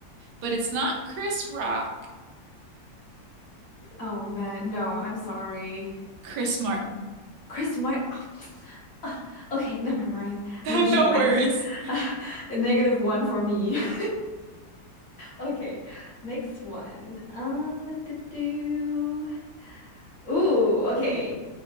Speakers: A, on the right; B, on the left.
A: but it's not Chris Rock,
B: Oh man, no, I'm sorry.
A: Chris Martin.
B: Chris Martin. <sniffs> okay, never mind.
A: <laughs>
B: I'm gonna shoot
A: No
B: my
A: worries.
B: <laughs> negative one for me. <laughs> Okay, next one. Um, do. do. Ooh, okay.